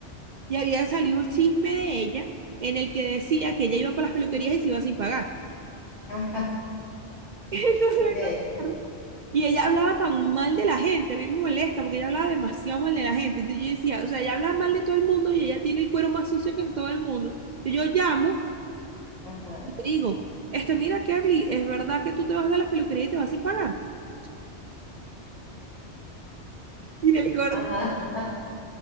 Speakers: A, on the right; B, on the left.
A: y había salido un chisme de ella en el que decía que ella iba para las peluquerías y se iba sin pagar.
B: Ajá.
A: <laughs> Entonces,
B: Ok.
A: vengo a- y ella hablaba tan mal de la gente, a mí me molesta porque ella hablaba demasiado mal de la gente. Entonces yo decía, o sea, ella habla mal de todo el mundo y ella tiene el cuero más sucio que en todo el mundo. Y yo llamo
B: Ajá.
A: y le digo, este, mira, Kerly, ¿es verdad que tú te vas de las peluquerías y te vas sin pagar? <laughs> Y el gordito,
B: Ajá.